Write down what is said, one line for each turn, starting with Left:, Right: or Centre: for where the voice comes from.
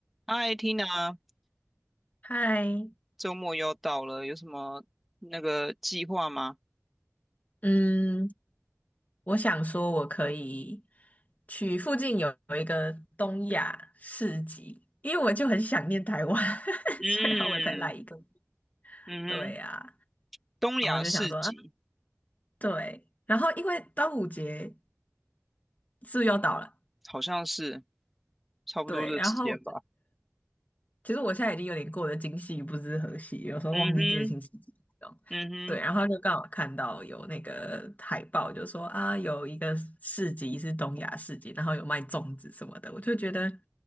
Centre: 嗨，Tina，
Left: 嗨，
Centre: 周末又到了，有什么那个计划吗？
Left: 嗯，我想说，我可以去附近有有一个东亚市集，因为我就很想念台湾，<laughs>
Centre: 嗯
Left: 虽然我才来一个，
Centre: 嗯哼，
Left: 对呀、
Centre: 东亚市集
Left: 然后就想说，啊，对，然后因为端午节是不是要到了？
Centre: 好像是差不多这时间吧。
Left: 对，然后其实我现在已经有点过得今夕不知何夕，有时候忘记这些星期几这种对，
Centre: 嗯哼嗯哼
Left: 然后就刚好看到有那个海报，就说啊，有一个市集是东亚市集，然后有卖粽子什么的，我就觉得